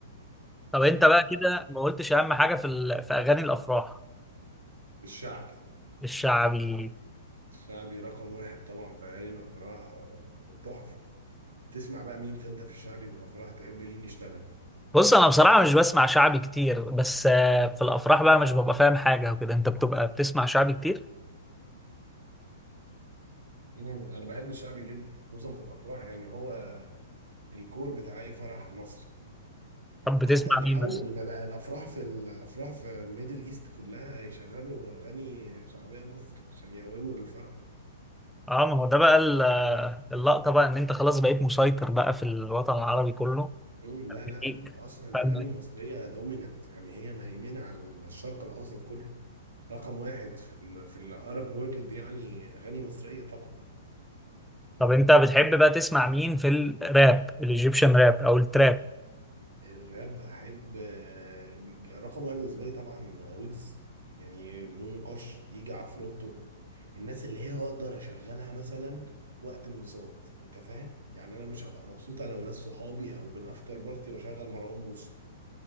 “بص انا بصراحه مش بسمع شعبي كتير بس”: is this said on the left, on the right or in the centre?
Centre